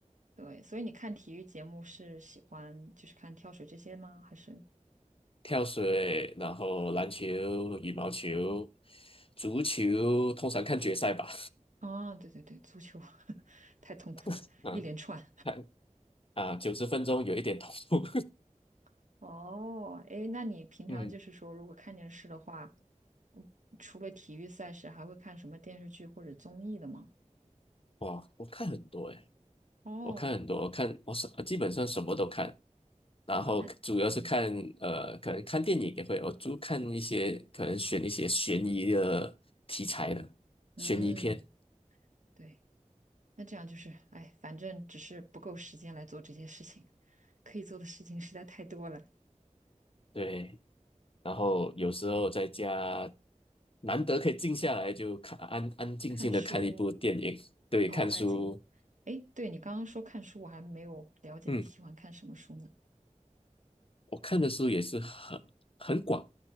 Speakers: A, on the right; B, on the left.
A: 对，所以你看体育节目是喜欢就是看跳水这些吗？还是？
B: 跳水，然后篮球、羽毛球、足球，通常看决赛吧。
A: 啊，对对对，足球 <laughs> 太痛苦了，
B: <laughs> 嗯，
A: 一连串。
B: 看啊，九十分钟有一点投入。
A: <laughs> 哦，哎，那你平常就是说，
B: <laughs> 嗯，
A: 如果看电视的话，嗯除了体育赛事，还会看什么电视剧或者综艺的吗？
B: 哇，我看很多诶，
A: 哦。
B: 我看很多，我看我什基本上什么都看，然后主要是看呃，
A: 哇，那嗯
B: 可能看电影也会，我就看一些可能选一些悬疑的题材的悬疑片。
A: 嗯，对，那这样就是，哎，反正只是不够时间来做这些事情，可以做的事情实在太多了。
B: 对，然后有时候在家难得可以静下来，就看安安静静的看一部电影，
A: 看书，
B: 对，
A: 哦，
B: 看书，
A: 安静。哎，对，你刚刚说看书，我还没有了解你喜欢看什么书呢？
B: 嗯。我看的书也是很很广，